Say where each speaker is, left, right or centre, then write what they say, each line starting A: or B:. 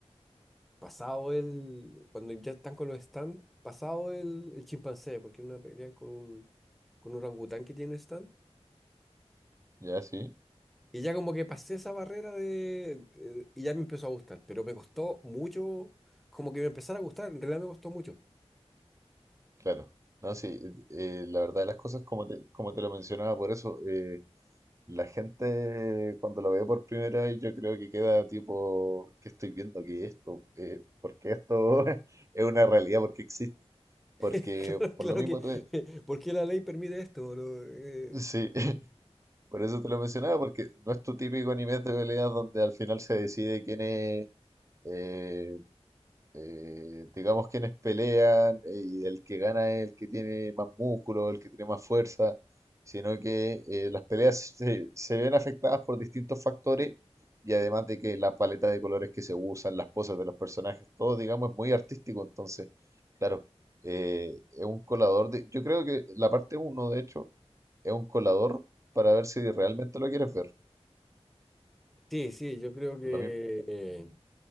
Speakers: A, in the centre; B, on the right (about 30°).
A: Pasado el... Cuando ya están con los stands, pasado el, el chimpancé, porque una pelean con un con un orangután que tiene un stand.
B: ya sí,
A: Y ya como que pasé esa barrera de... eh, y ya me empezó a gustar, pero me costó mucho, como que me empezara a gustar, en realidad me costó mucho.
B: claro. No, sí, eh, eh, la verdad de las cosas, como te, como te lo mencionaba, por eso. eh, La gente cuando lo ve por primera vez yo creo que queda tipo, ¿qué estoy viendo? ¿Qué es esto? Eh, ¿por qué esto <laughs> es una realidad? ¿Por qué existe? Porque
A: <laughs> Claro,
B: por
A: claro
B: lo mismo
A: que, <laughs>
B: tú...
A: ¿por qué la ley permite esto? No, eh,
B: Sí, <laughs> por eso te lo mencionaba, porque no es tu típico anime de peleas donde al final se decide quién es, eh, eh, digamos, quienes pelean, eh, y el que gana es el que tiene más músculo, el que tiene más fuerza, sino que eh, las peleas se, se ven afectadas por distintos factores y además de que la paleta de colores que se usan, las poses de los personajes, todo, digamos, es muy artístico, entonces, claro, eh, es un colador de, yo creo que la parte uno de hecho, es un colador para ver si realmente lo quieres ver,
A: sí, sí, yo creo que...
B: lo mismo,
A: eh,